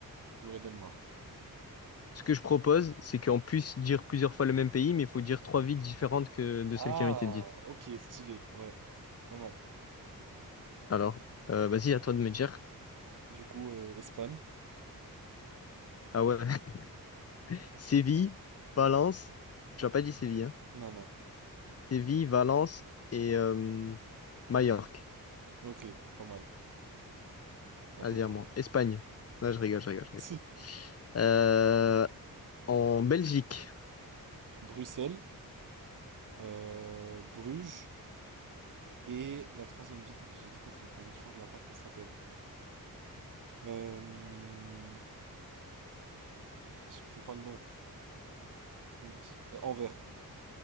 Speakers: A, on the right; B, on the left.
A: Lloret del Mar.
B: Ce que je propose, c'est qu'on puisse dire plusieurs fois le même pays, mais il faut dire trois villes différentes que de
A: Ah,
B: celles qui ont été dites.
A: ok, stylé. Ouais, pas mal.
B: Alors, euh, vas-y, à toi de me dire.
A: Du coup, euh, Espagne?
B: Ah ouais. <laughs> Séville, Valence. Tu n'as pas dit Séville, hein.
A: Non, non.
B: Séville, Valence et euh, Majorque.
A: Ok, pas mal. Attends,
B: Vas-y,
A: toi.
B: à moi. Espagne. Non, je rigole, je rigole, je rigole.
A: Si.
B: Euh, en Belgique.
A: Bruxelles, euh, Bruges et la troisième ville. Non, j'ai des potes qui ont fait un échange là-bas. Comment ça s'appelle? Euh, Je sais pas le nom. Belgique. euh, Anvers.